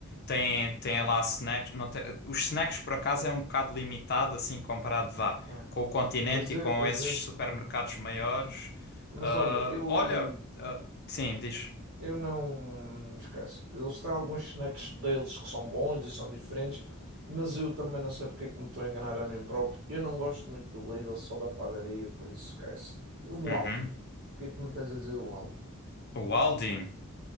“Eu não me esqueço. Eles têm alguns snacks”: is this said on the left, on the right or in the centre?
Right